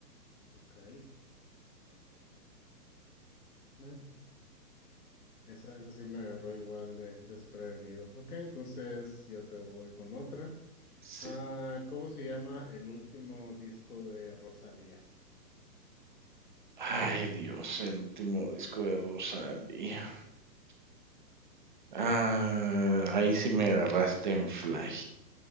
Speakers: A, on the left; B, on the right.
A: Ok, bueno, esa, esa sí me agarró igual de desprevenido. Ok, entonces yo te voy con otra.
B: Sí.
A: Ah, ¿cómo se llama el último disco de Rosalía?
B: Ay, Dios, el último disco de Rosalía. Ah, ahí sí me agarraste en fly.